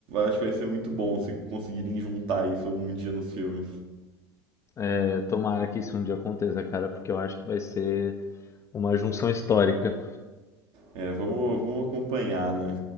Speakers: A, on the right; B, on the left.
A: acho que vai ser muito bom se conseguirem juntar isso algum dia nos filmes.
B: É, tomara que isso um dia aconteça, cara, porque eu acho que vai ser uma junção histórica.
A: É, vamos, vamos acompanhar, né?